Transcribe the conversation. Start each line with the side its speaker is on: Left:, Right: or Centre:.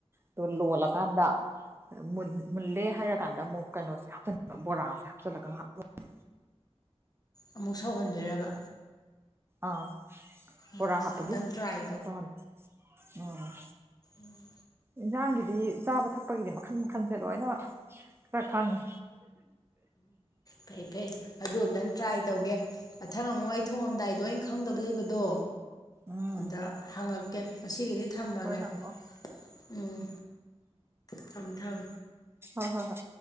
Right: ꯗꯨ ꯂꫭꯜꯂ ꯀꯥꯟꯗ ꯃꯨꯜ ꯃꯨꯜꯂꯦ ꯍꯥꯏꯔꯀꯥꯟꯗ ꯑꯃꯨꯛ ꯀꯩꯅꯣꯁꯦ ꯍꯥꯞꯆꯟꯕ ꯕꯣꯔꯥꯁꯦ ꯍꯥꯞꯆꯤꯜꯂꯒ ꯉꯍꯥꯛ ꯂꫭꯟ
Left: ꯑꯃꯨꯛ ꯁꯧꯍꯟꯗꯣꯏꯔꯕ
Right: ꯑꯥ ꯕꫭꯔꯥ
Left: ꯑꯁ
Right: ꯍꯥꯞꯄꯒꯤ
Left: ꯑꯝꯇꯪ ꯇ꯭ꯔꯥꯏ
Right: ꯁꯧꯍꯟ ꯑꯥ
Left: ꯎꯝ
Right: ꯏꯟꯖꯥꯡꯒꯤꯗꯤ ꯆꯥꯕ ꯊꯛꯄꯒꯤꯗꯤ ꯃꯈꯟ ꯃꯈꯜꯁꯦ ꯂꯣꯏꯅ ꯈꯔ ꯗꯪꯉꯦ
Left: ꯐꯩ ꯐꯩ ꯑꯗꯨ ꯑꯝꯇꯪ ꯇ꯭ꯔꯥꯏ ꯇꯧꯒꯦ ꯃꯊꯪ ꯑꯃꯨꯛ ꯑꯩ ꯊꯣꯡꯉꯝꯗꯥꯏꯗꯣ ꯑꯩꯅ ꯈꯪꯗꯕ ꯂꯩꯕꯗꯣ
Right: ꯎꯝ
Left: ꯑꯗ ꯍꯥꯡꯉꯛꯀꯦ ꯉꯁꯤꯒꯤꯗꯤ ꯊꯝꯃꯒꯦ
Right: ꯍꯣꯏ ꯍꯉꯛꯑꯣ
Left: ꯎꯝ ꯆꯝ ꯊꯝ
Right: ꯍꯣꯏ ꯍꯣꯏ ꯍꯣꯏ